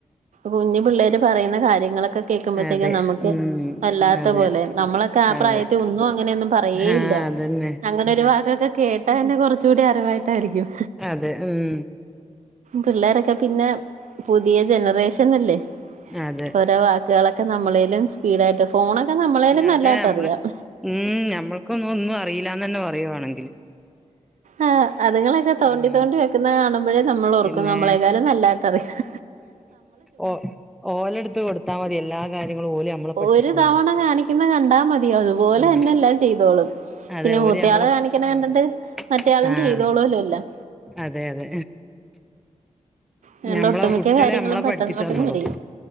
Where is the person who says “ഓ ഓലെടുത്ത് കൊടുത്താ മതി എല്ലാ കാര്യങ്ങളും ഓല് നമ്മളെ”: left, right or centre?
Centre